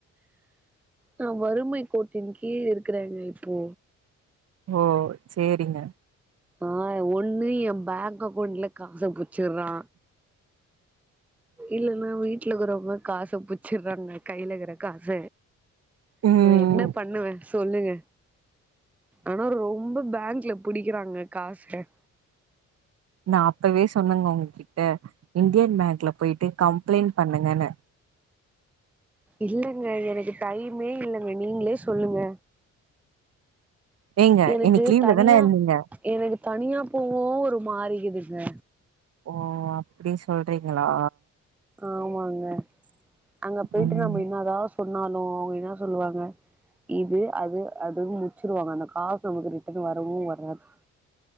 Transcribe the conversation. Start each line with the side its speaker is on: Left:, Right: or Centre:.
Centre: நா வறுமை கோட்டின் கீழ் இருக்கிறேங்க இப்போ
Right: ஓ சேரிங்க
Centre: ஆஹ் ஒண்ணு என் பேங்க் அக்கவுண்ட்ல காச புச்சுறா இல்லன்னா வீட்டுலக்கு ரொம்ப காச புச்சுறாங்க கையில இருக்கிற காச
Right: ம்
Centre: இப்ப என்ன பண்ணுவே சொல்லுங்க ஆனா ரொம்ப பேங்க்ல புடிக்கிறாங்க காச
Right: நா அப்பவே சொன்னங்க உங்ககிட்ட இந்தியன் பேங்க்ல போயிட்டு கம்ப்ளைண்ட் பண்ணுங்கன்னு
Centre: இல்லங்க எனக்கு டைமே இல்லங்க நீங்களே சொல்லுங்க
Right: ஏங்க
Centre: எனக்கு
Right: இன்னைக்கு லீவ்ல
Centre: தனியா
Right: தான இருந்தீங்க
Centre: எனக்கு தனியா போவோ ஒரு மாரி ருக் இட்டிஸ்ன
Right: ஓ அப்டி சொல்றீங்களா
Centre: ஆமாங்க அங்க போயிட்டு
Right: ம்
Centre: நம்ம என்னதாவ சொல் சொன்னாலு அவ்ங்க என்ன சொல்லுவாங்க இது அது அதுவும் முச்சிருவாங்க அந்த காசு நமக்கு ரிட்டன் வரவு வராது